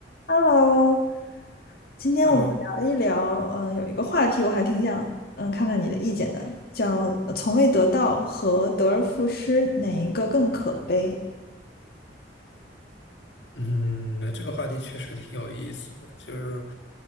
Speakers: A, on the left (about 55°); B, on the left (about 75°).
A: Hello，今天我们聊一聊，
B: Hello，
A: 嗯、有一个话题我还挺想，嗯、看看你的意见的，叫呃从未得到”和“得而复失”哪一个更可悲？
B: 嗯，那这个话题确实挺有意思的，就是，